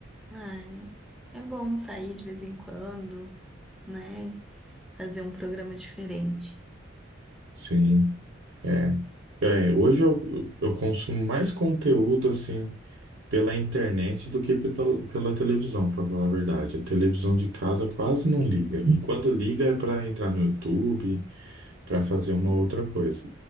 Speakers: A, in the centre; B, on the right.
A: Ai, é bom sair de vez em quando, né? Fazer um programa diferente.
B: sim. É, É, hoje eu, eu eu consumo mais conteúdo, assim, pela internet do que pela, pela televisão, para falar a verdade. A televisão de casa quase não liga. E quando liga é para entrar no YouTube para fazer uma outra coisa.